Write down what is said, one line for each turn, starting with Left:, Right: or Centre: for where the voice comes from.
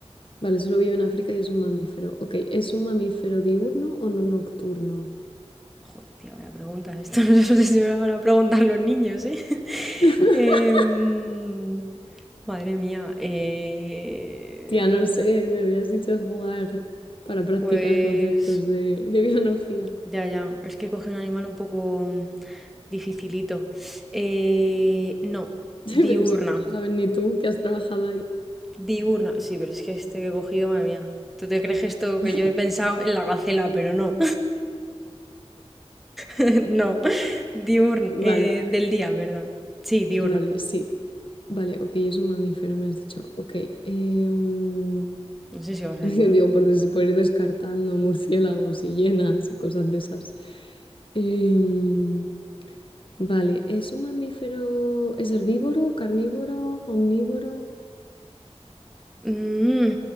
Left: Vale, solo vive en África y es un mamífero. Ok, ¿es un mamífero diurno o no nocturno?
Centre: Joder, tía, vaya pregunta. Esto <laughs> no sé si me lo van a preguntar los niños, ¿eh? <laughs>
Left: <laughs>
Centre: Em, madre mía. eh,
Left: Tía, no sé, me habías dicho jugar para practicar
Centre: Pues...
Left: conceptos de, de biología.
Centre: Ya, ya, es que coge un animal un poco mm, dificilito. Eh, no,
Left: <laughs>
Centre: diurna,
Left: Pero si no te lo sabes ni tú, que has trabajado ahí.
Centre: diurna. Sí, pero es que este que he cogido, madre mía. ¿Tú te crees que esto que
Left: <laughs>
Centre: yo he pensado en la gacela? Pero no, <laughs> no. Diurna,
Left: Vale,
Centre: eh, del día, perdón. Sí, diurna.
Left: vale, sí. Vale, ok, es un mamífero, me has dicho. Ok. em,
Centre: No sé si vas a
Left: <laughs> digo,
Centre: adivinar, ¿eh?
Left: por, des- por ir descartando murciélagos y hienas y cosas de esas. Em, vale, ¿es un mamífero, es herbívoro, carnívoro, omnívoro,
Centre: Mm,